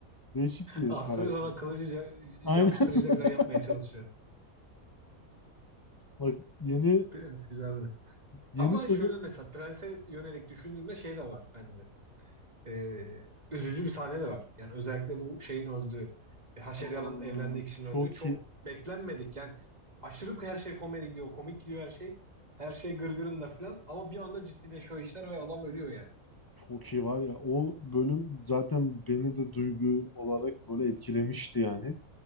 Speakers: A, on the left; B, on the right.
A: değişik bir
B: Astırıyor
A: karakter.
B: sonra kılıcı ca- yapıştırıcıyla
A: Aynen. <laughs>
B: falan yapmaya çalışıyor.
A: Bak yeni
B: Prens güzeldi.
A: yeni
B: Ama
A: sezon
B: şöyle mesela prense yönelik düşündüğümde şey de var bende. e, üzücü bir sahne de var. Yani özellikle bu şeyin öldüğü, e, Haşerya'nın
A: Aa,
B: evlendiği kişinin
A: çok
B: öldüğü çok
A: iyi
B: beklenmedik. Yani aşırı her şey komedi gidiyor, komik gidiyor her şey. Her şey gırgırında falan ama bir anda ciddileşiyor işler ve adam ölüyor yani.
A: çok iyi var ya. O bölüm zaten beni de duygu olarak böyle etkilemişti yani.